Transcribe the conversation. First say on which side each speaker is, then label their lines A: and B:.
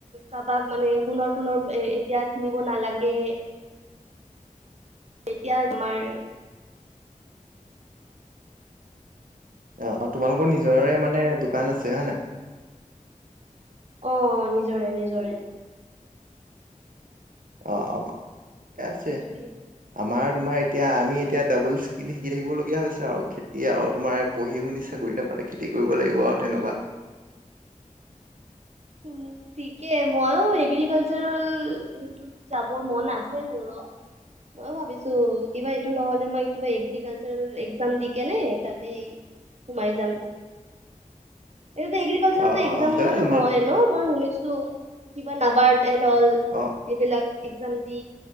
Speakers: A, on the right; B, on the right.
A: কাৰোবাক মানে সোণৰ-তোণৰ এ-এতিয়া কিনিব নালাগে। এতিয়া আমাৰ
B: অঁ' অঁ' তোমালোকৰ নিজৰে মানে দোকান আছে, হয় নাই?
A: অ', অ', নিজৰে নিজৰে।
B: অঁ' অঁ' ঠিকে আছে।
A: সেইটোৱে
B: আমাৰ তোমাৰ এতিয়া আমি এতিয়া ডাবল স্কিল শিকি থাকিবলগীয়া হৈছে আৰু খেতি আৰু তোমাৰ পঢ়ি শুনি চাকৰি নাপালে খেতি কৰিব লাগিব আৰু তেনেকুৱা।
A: উমঁ' ঠিকে, মইও এগ্ৰিকালচাৰেল সেইটো যাব মন আছে মোৰো, মই ভাবিছো কিবা এইটো নহ'লে মই কিবা এগ্ৰিকালচাৰ এক্সাম দি কেনে তাতে সোমাই যাম। <unintelligible> আচলতে
B: অ অ
A: এক্সাম
B: দয়া
A: মানে
B: তোমাৰ
A: হয় ন' মই শুনিছো কিবা নাবাৰ্ত এণ্ড অল
B: অঁ।
A: এইবিলাক এক্সাম দি